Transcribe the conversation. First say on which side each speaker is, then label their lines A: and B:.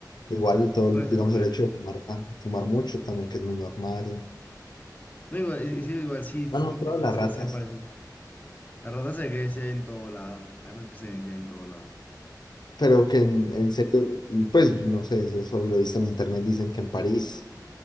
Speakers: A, on the left (about 75°); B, on the left (about 20°).
A: Igual todo, el-
B: puede ser,
A: digamos,
B: puede
A: el hecho
B: ser.
A: de fumar, tan- fumar mucho también, que es muy normal.
B: No, igual, y- y sí, igual sí, siento
A: Han mostrado
B: que igual
A: las
B: se,
A: ratas.
B: se parece. La rata se ve que se ve en todo lado, hay veces que se ve que en todo lado.
A: Pero que en, en serio, pues no sé, eso solo lo he visto en internet, dicen que en París